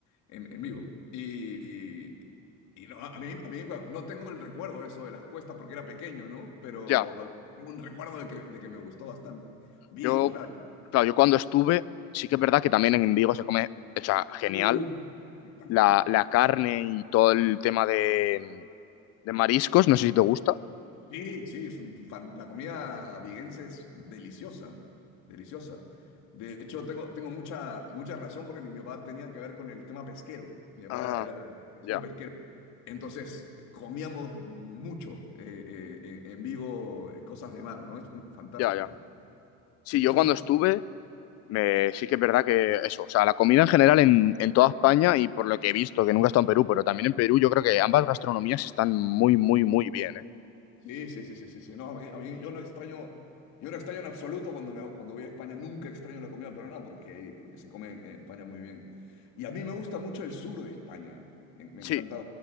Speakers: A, on the left; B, on the left.
A: en, en Vigo. Y, y- y no, a mí, a mí no tengo el recuerdo eso de las cuestas porque era pequeño, ¿no? Pero
B: Ya,
A: bueno, tengo un recuerdo de que, de que me gustó bastante. Vigo,
B: yo,
A: claro.
B: claro, yo cuando estuve, sí que es verdad que también en Vigo se come, o sea, genial.
A: Uh, espectacular.
B: La, la carne y todo el tema de, de mariscos, no sé si te gusta.
A: Sí, sí, es un fan- la comida viguense es deliciosa, deliciosa. De hecho, tengo, tengo mucha, mucha razón porque mi, mi papá tenía que ver con el tema pesquero. Mi papá
B: Ah,
A: era empresario
B: ya,
A: pesquero. Entonces, comíamos mucho eh, eh, eh, en vivo eh, cosas de mar, ¿no? Es un- fantástico.
B: ya, ya. Sí,
A: Entonces,
B: yo cuando estuve Me, sí que es verdad que eso, o sea, la comida en general en, en toda España y por lo que he visto, que nunca he estado en Perú, pero también en Perú yo creo que ambas gastronomías están muy, muy, muy bien, ¿eh?
A: Sí, sí, sí, sí, sí, sí. No, a mí, a mí- yo no extraño, yo no extraño en absoluto cuando, me- cuando voy a España, nunca extraño la comida peruana porque, porque se come en, en España muy bien. Y a mí me gusta mucho el sur de España. Me, me
B: Sí,
A: encanta,